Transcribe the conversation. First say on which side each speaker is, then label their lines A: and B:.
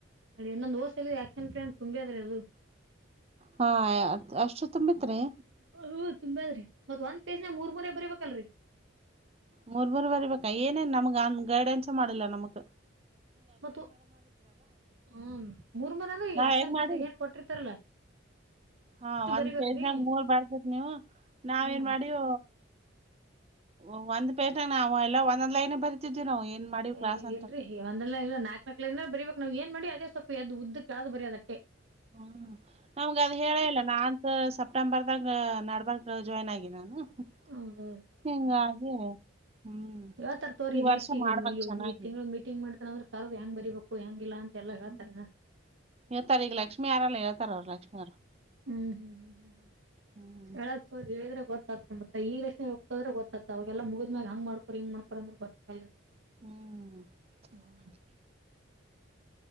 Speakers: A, on the right; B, on the right.
A: ಅಲ್ಲಿ ಇನ್ನೊಂದು ಹೋದ ಸಲದ ಆ್ಯಕ್ಷಸನ್ ಪ್ಲಾನ್ ತುಂಬಿದ್ರೆ ಅದು.
B: ಹಾ ಅಷ್ಟು ತುಂಬಿತರಿ.
A: ಹ ತುಂಬೇರಿ ಮತ್ತ ಒಂದ ಪೇಜದಾಗ ಮೂರ್ ಮೂರ ಬರಿಬೇಕಲ್ರರಿ.
B: ಮೂರ ಮೂರ ಬರಿಬೇಕಾ ಏನೇನ ನಮ್ಗ ಏನ್ ಗೈಡೆನ್ಸ ಮಾಡಿಲ್ಲ ನಮಗ.
A: ಮ ಹ್ಮ ಮೂರ್ ಮೂರಾನ ಈ
B: ನಾವ್
A: ಆಕ್ಷನ್
B: ಹೆಂಗ್
A: ಪ್ಲಾನದಾಗ
B: ಮಾಡಿವಿ
A: ಏನ್ ಕೊಟ್ಟಿರ್ತಾರಲ್ಲ. <inaudible>
B: ಹಾ ಒಂದ್
A: ಬರಿಬೇಕ್ರಿ
B: ಪೇಜ ಮಾಗ ಮೂರ್ ಬರ್ತೇತಿ ನೀವು ನಾವ
A: ಹ್ಮ್
B: ಏನ ಮಾಡಿವಿ. ಓ ಒಂದ ಪೇಜದಾಗ ನಾವ ಎಲ್ಲಾ ಒಂದ ಒಂದ ಲೈನ್. ಬರಿತಿದ್ವಿ ನಾವು ಏನ್ ಮಾಡಿವ್
A: ಏ
B: ಕ್ಲಾಸ್ ಅಂತ
A: ಇಲ್ರರಿ ಒಂದಲ್ಲ ಇಲ್ಲ ನಾಕ್ ನಾಕ ಲೈನದಾಗ ಬರಿಬೇಕಕ್ ನಾವ್ ಏನ್ ಮಾಡಿವಿ ಅದೇ. ಸ್ವಪ ಯದ್ದ ಉದ್ದಕ್ಕೆ ಯಳದ ಬರಯೋದಟ್ಟೆ.
B: ಹ್ಮ್ ನಮ್ಗ ಅದ ಹೇಳೆ ಇಲ್ಲ ನಾಂತ ಸಪ್ ಪ್ಟೆಂಬರ್ದಾಗ ನಡ್ಬರ್ಕ ಜಾಯ್ನ್ ಆಗಿ ನಾನು ಹ್
A: ಹೌದ್
B: ಹಿಂಗಾಗಿ. ಹ್ಮ್
A: ಯೆಳತರ ತೋರಿ
B: ಈ
A: ನೆಕ್ಸ್ಟ್
B: ವರ್ಷ
A: ಈಗ
B: ಮಾಡ್ಬೇಕ್
A: ಮ ಈವ್
B: ಚೆನ್ನಾಗಿ
A: ಈ ತಿಂಗಳು ಮೀಟಿಂಗ್ ಮಾಡಿದ್ರ್ ಅಂದ್ರ ಕರ್ದು ಹೆಂಗ ಬರೀಬೇಕು ಹೆಂಗಿಲ್ಲ ಅಂತ. ಎಲ್ಲಾ ಹೇಳ್ತಾರೆ
B: ಹ್ಮ ಹೇಳ್ತಾರ ಈಗ ಲಕ್ಷ್ಮಿ ಆರಲ್ಲ ಹೇಳ್ತಾರ ಅವ್ರ ಲಕ್ಷ್ಮೀ ಅವ್ರು.
A: ಹ್ಮ್
B: ಹ್ಮ್
A: ಹೇಳಕ್ ತೋರಿ ಹೇಳಿದ್ರ. ಗೊತ್ತಾತದ ಮತ್ತ ಈ ವಯಸ್ನಾಗ್ ಹೇಳಕೊತ ಹೋದ್ರ ಗೊತ್ತಾತ್ ಅವಾಗೆಲ್ಲ ಮುಗದಮ್ಯಾಗ ಹಂಗ ಮಾಡ್ಕೋರ್ ಹಿಂಗ ಮಾಡ್ಕೋರ್ ಅಂದ್ರೆ ಗೊತ್ತಾಗಲ್ರಿ.
B: <inaudible>
A: ಹ್ಮ್